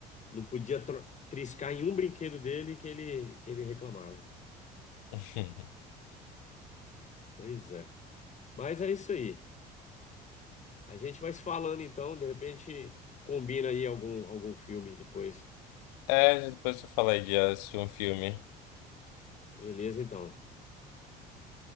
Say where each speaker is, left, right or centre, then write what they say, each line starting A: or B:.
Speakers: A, on the left; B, on the left.
A: Não podia tro- triscar em um brinquedo dele que ele, que ele reclamava.
B: <laughs>
A: Pois é. Mas é isso aí. A gente vai se falando então, de repente combina aí algum, algum filme depois.
B: É, depois eu falei de assistir um filme.
A: Beleza, então.